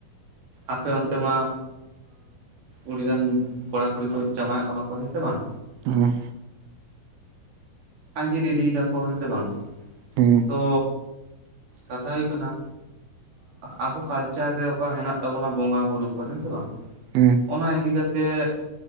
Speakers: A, on the right; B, on the right.
A: ᱟᱯᱮ ᱚᱱᱛᱮ ᱢᱟ ᱟᱹᱰᱤᱜᱟᱱ ᱠᱚᱲᱟ ᱠᱩᱲᱤ ᱠᱚ ᱡᱟᱶᱟᱭᱚᱜ ᱠᱟᱱᱟ ᱠᱚ ᱦᱮᱸ ᱥᱮ ᱵᱟᱝ
B: ᱦᱩᱸ
A: ᱟᱸᱜᱤᱨ ᱤᱫᱤᱭ ᱫᱟᱠᱚ ᱦᱮᱸᱥᱮ ᱵᱟᱝ
B: ᱦᱮᱸ
A: ᱛᱚ ᱠᱟᱛᱷᱟ ᱦᱩᱭᱩᱜ ᱠᱟᱱᱟ ᱟᱵᱚ ᱠᱟᱞᱪᱟᱨ ᱨᱮ ᱚᱠᱟ ᱦᱮᱱᱟᱜ ᱛᱟᱵᱚᱱᱟ ᱵᱚᱸᱜᱟ ᱵᱩᱨᱩ ᱠᱚ ᱦᱮᱸ ᱥᱮ ᱵᱟᱝ
B: ᱦᱮᱸ
A: ᱚᱱᱟ ᱤᱫᱤ ᱠᱟᱛᱮᱜ